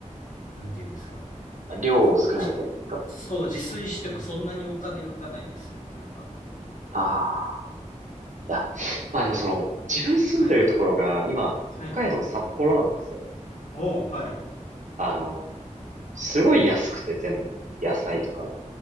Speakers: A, on the left; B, on the right.
A: なんて言うんですか。
B: あ量を作れないみたいなことか。
A: じ、そう、自炊してもそんなにお金浮かないですよね。なんか、
B: ああ。いや、まあでもその、自分住んでるところが、
A: はい。
B: 今、北海道の札幌なんですよ。
A: はい。おーはい。
B: あの、すごい安くて全部、野菜とかが。